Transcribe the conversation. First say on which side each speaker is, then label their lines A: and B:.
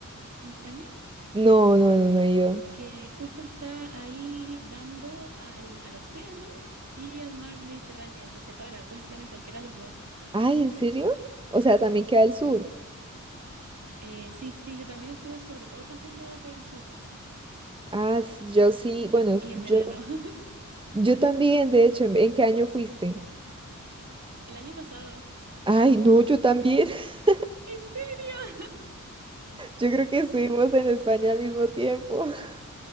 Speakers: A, on the right (about 55°); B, on the right (about 15°).
A: en España,
B: No, no, no, no he ido.
A: que justo está ahí dando al, al océano y al mar Mediterráneo, lo separa, puedes estar en cualquiera de los dos.
B: Ay, ¿en serio? O sea, también queda el sur.
A: Sí, Eh, sí, sí, yo también estuve sobre todo paseando por el sur
B: Ah, s- yo sí, bueno,
A: y,
B: s-
A: y en
B: yo,
A: verano. <laughs>
B: yo
A: ¿Mm?
B: también, de hecho, ¿en, en qué año fuiste?
A: El año pasado,
B: Ay, no,
A: el...
B: yo también. <laughs>
A: ¿En serio?
B: Yo creo que estuvimos en España al mismo tiempo. <laughs>